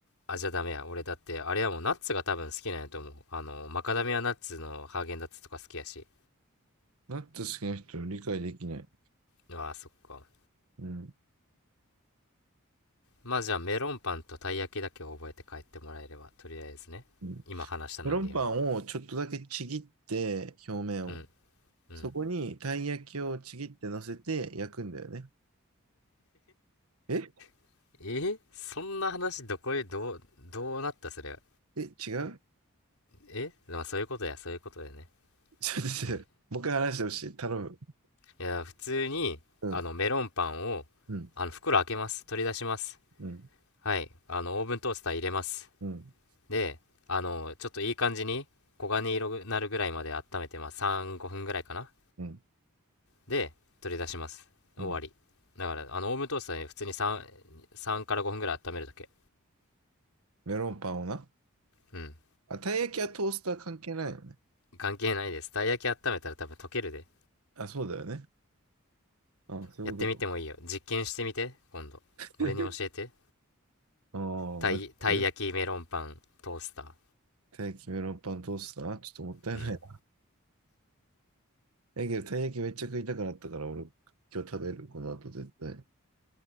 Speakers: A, on the left; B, on the right.
A: あ、じゃあダメや。俺だって、あれはもうナッツが多分好きなんやと思う。あの、マカダミアナッツのハーゲンダッツとか好きやし。
B: ナッツ好きな人を理解できない。
A: うわあ、そっか。
B: うん、
A: まあじゃあメロンパンとたい焼きだけを覚えて帰ってもらえれば、とりあえずね。
B: うん。
A: 今話したのでよ。
B: メロンパンをちょっとだけちぎって、表面を。
A: うん、うん。
B: そこにたい焼きをちぎって乗せて焼くんだよね。え
A: <laughs> えそんな話どこへどう、どうなったそれは。
B: え、違う
A: えまあそういうことや、そういうことやね。
B: <laughs> ちょっと待って、
A: うん。
B: もう一回話してほしい。頼む。
A: いや、普通に、
B: うん、
A: あの、メロンパンを、
B: うん、
A: あの、袋開けます。取り出します。
B: うん、
A: はい。あの、オーブントースター入れます。
B: うん、
A: で、あの、ちょっといい感じに、黄金色になるぐらいまで温めて、まあ、3、5分ぐらいかな。
B: うん、
A: で、取り出します。終わり。
B: うん。
A: だから、あの、オーブントースターで普通に3、3から5分ぐらい温めるだけ。
B: メロンパンをな。
A: うん。
B: あ、たい焼きはトースター関係ないよね。
A: 関係ないです。たい焼き温めたら多分溶けるで。
B: あ、そうだよね。あ、そういうことか。
A: やってみてもいいよ。実験してみて、今度。俺に教えて。
B: <laughs> ああ、
A: たい、
B: 待ってる。
A: たい焼きメロンパントースター。
B: たい焼きメロンパントースターちょっともったいないな。
A: うん。
B: え、けどたい焼きめっちゃ食いたくなったから、俺、今日食べる。この後絶対。